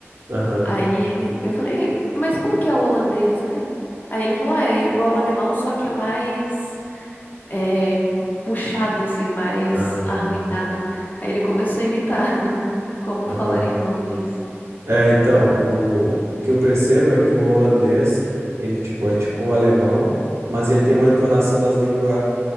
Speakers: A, on the right (about 70°); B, on the left (about 40°).
A: aham,
B: Aí ele, eu falei, mas como que é o holandês, né? Aí ele falou, ah, é igual o alemão, só que é mais é, puxado, assim, mais
A: aham,
B: arranhado. Aí ele começou a imitar <laughs> como
A: aham.
B: falaria um holandês.
A: É, então, o, o que eu percebo é que o holandês, ele, tipo, é tipo o alemão, mas ele tem uma entonação das línguas